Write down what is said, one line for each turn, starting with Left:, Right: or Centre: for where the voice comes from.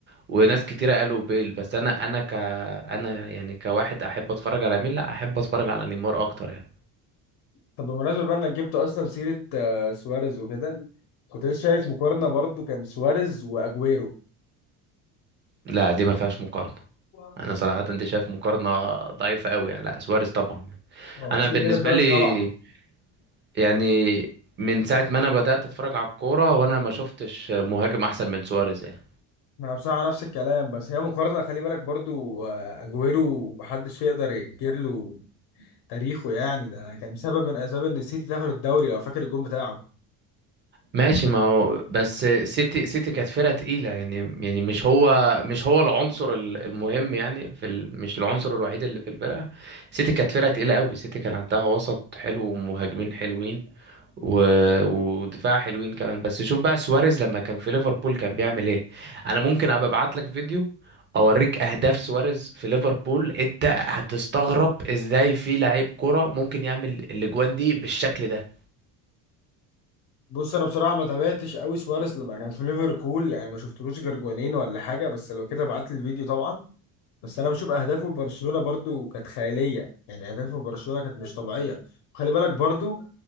Right: وناس كتيره قالوا بيل بس انا انا ك انا يعني كواحد احب اتفرج على مين لا احب اتفرج على نيمار اكتر يعني
Left: طب بمناسبة بقى انك جبت اصلا سيرة آه، سواريز وكده كنت لسه شايف مقارنة برضو كان سواريز واجويرو
Right: لا دي ما فيهاش مقارنه
Left: ما
Right: انا صراحه انت شايف مقارنه ضعيفه قوي يعني لا سواريز طبعا
Left: هو
Right: انا
Left: كده
Right: بالنسبه
Left: كده سواريز
Right: لي
Left: طبعا
Right: يعني من ساعة ما انا بدأت اتفرج على الكورة وانا ما شفتش مهاجم احسن من سواريز يعني
Left: انا بصراحة نفس الكلام بس هي مقارنة خلي بالك برضو آه، اجويرو محدش يقدر ينكر له تاريخه يعني ده كان سبب من اسباب ان السيتي تاخد الدوري لو فاكر الجون بتاعه
Right: ماشي ما هو بس سيتي سيتي كانت فرقة تقيلة يعني يعني مش هو مش هو العنصر ال- المهم يعني في ال... مش العنصر الوحيد اللي في الفرقة سيتي كانت فرقة تقيلة قوي سيتي كان عندها وسط حلو ومهاجمين حلوين و... ودفاع حلوين كمان بس شوف بقى سواريز لما كان في ليفربول كان بيعمل ايه انا ممكن ابقى ابعت لك فيديو اوريك اهداف سواريز في ليفربول انت هتستغرب ازاي في لعيب كرة ممكن يعمل الاجوان دي بالشكل ده
Left: بص انا بصراحة ما تابعتش قوي سواريز لما كان في ليفربول يعني ما شفتلوش غير جونين ولا حاجة بس لو كده ابعت لي الفيديو طبعا بس انا بشوف اهدافه في برشلونه برضو كانت خياليه يعني اهدافه في برشلونه كانت مش طبيعيه خلي بالك برضو